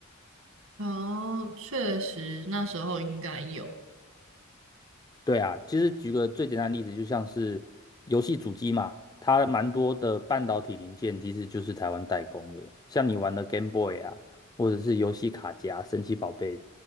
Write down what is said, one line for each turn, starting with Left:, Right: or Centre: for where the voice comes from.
Right: 哦，确实那时候应该有。
Left: 对啊，其实举个最简单的例子，就像是游戏主机嘛，它蛮多的半导体零件其实就是台湾代工的。像你玩的 Game Boy 啊，或者是游戏卡夹、神奇宝贝，